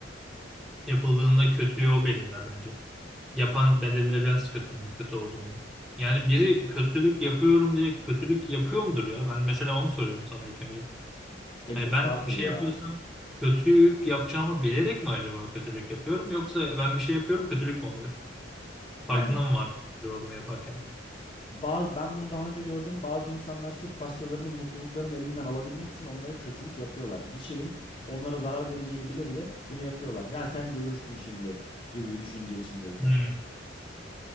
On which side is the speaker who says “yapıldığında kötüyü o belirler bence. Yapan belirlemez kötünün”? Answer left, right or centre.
Centre